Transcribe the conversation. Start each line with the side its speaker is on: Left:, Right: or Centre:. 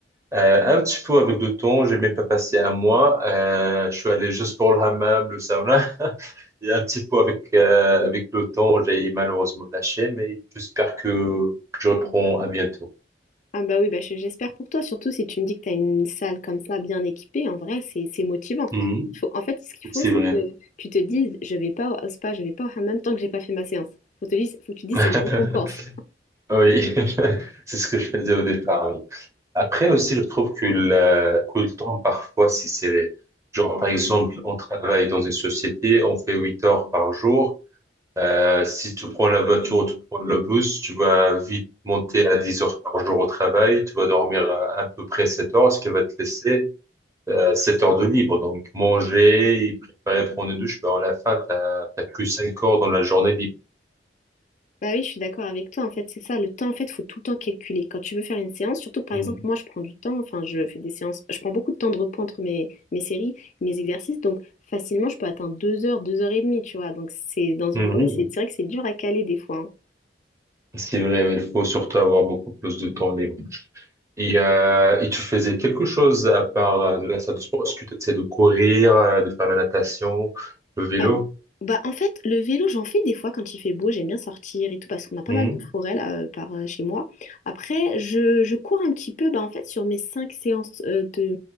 Right: Euh, un petit peu avec le temps, j'ai même pas passé un mois. Euh, je suis allé juste pour le hammam, le sauna. <laughs> Et un petit peu avec euh, avec le temps, j'ai malheureusement lâché, mais j'espère que je reprends à bientôt.
Left: Ah bah oui, bah je- j'espère pour toi, surtout si tu me dis que tu as une salle comme ça bien équipée, en vrai, c'est c'est motivant.
Right: Mhm.
Left: Faut- en fait, ce qu'il faut,
Right: c'est
Left: c'est
Right: vrai.
Left: que tu te dises, je vais pas au au spa, je vais pas au hammam tant que j'ai pas fait ma séance. Faut te dis faut que tu te dises,
Right: <laughs>
Left: c'est ma récompense.
Right: Oui, <laughs> c'est ce que je faisais au départ. oui. Après aussi, je trouve que, la- que le temps parfois si serré. Genre, par exemple, on travaille dans une société, on fait 8 heures par jour. Euh, si tu prends la voiture ou tu prends le bus, tu vas vite monter à 10 heures par jour au travail, tu vas dormir à, à peu près 7 heures, ce qui va te laisser euh, 7 heures de libre. Donc manger, préparer, prendre une douche, ben à la fin, t'as, t'as que 5 heures dans la journée libre.
Left: Bah oui, je suis d'accord avec toi. En fait, c'est ça. Le temps, en fait, faut tout le temps calculer. Quand tu veux faire une séance, surtout que par
Right: Mhm.
Left: exemple, moi, je prends du temps. Enfin, je fais des séances. Je prends beaucoup de temps de repos entre mes, mes séries et mes exercices. Donc, facilement, je peux atteindre deux heures, deux heures et demie, tu vois. Donc, c'est dans une
Right: Mhm.
Left: journée, c'est c'est vrai que c'est dur à caler des fois. hein.
Right: C'est vrai, mais il faut surtout avoir beaucoup plus de temps libre. Et, euh, et tu faisais quelque chose à part euh, de la salle de sport? Est-ce que tu essaies de courir, euh, de faire la natation, le vélo?
Left: Euh, bah, en fait, le vélo, j'en fais des fois quand il fait beau, j'aime bien sortir et tout, parce qu'on a pas
Right: Mhm.
Left: mal de forêts là, euh, par, euh, chez moi. Après, je, je cours un petit peu, bah, en fait, sur mes cinq séances euh, de,